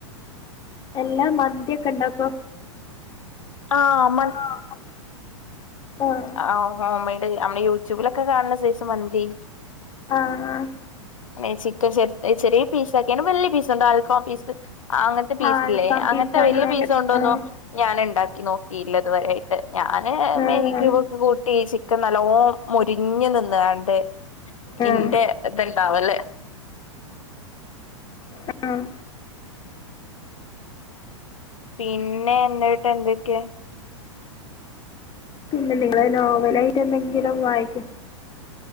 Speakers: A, on the left; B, on the left.
A: എല്ലാ മന്തിയൊക്കെ ഇണ്ടാക്കോ?
B: ആഹ്.
A: ആഹ് ആഹ്, ഉം.
B: ആ ഹോ ഹോമെയ്ഡ് മ്മള് യൂട്യൂബിലൊക്കെ കാണ്ണ സൈസ് മന്തി
A: ആഹ് ആഹ്.
B: ന്നെ ചിക്കൻ ചെർ ചെറിയ പീസാക്കിയാണ് വല്ല്യ പീസ്ണ്ട് അൽഫാം പീസ് അങ്ങത്തെ പീസ്സിലേ
A: ആഹ് അൽഫാം
B: അങ്ങത്തെ
A: പിസ്സ അങ്ങനെയൊക്കെ
B: വലിയ പീസ് കണ്ടോന്നോ
A: ആഹ്
B: ഞാന്ണ്ടാക്കി നോക്കിയില്ലതുവരായിട്ട്. ഞാന് മൈ-
A: ആഹ്
B: ക്ക്‌ കൂട്ടി ചിക്കൻ നല്ലോം മൊരിഞ്ഞ് നിന്ന്കാണ്ട്
A: ആഹ്
B: ഇന്റെ ഇത്ണ്ടാവല്ലെ
A: ഉം ഉം.
B: പിന്നെ ന്നിട്ടെന്തൊക്കെ?
A: പിന്നെ നിങ്ങള് നോവലായിട്ട് എന്തെങ്കിലും വായിക്കല്